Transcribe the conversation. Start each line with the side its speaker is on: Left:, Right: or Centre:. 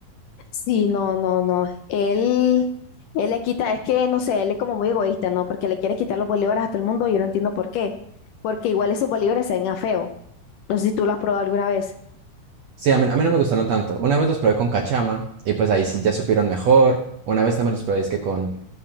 Left: Sí, no, no, no. Él, él le quita, es que no sé, él es como muy egoísta, ¿no? Porque le quiere quitar los bolívares a todo el mundo y yo no entiendo por qué. Porque igual esos bolívares se ven a feo. No sé si tú lo has probado alguna vez.
Right: Sí, a mí, a mí no me gustaron tanto. Una vez los probé con cachama y pues ahí sí ya supieron mejor. Una vez también los probé es que con,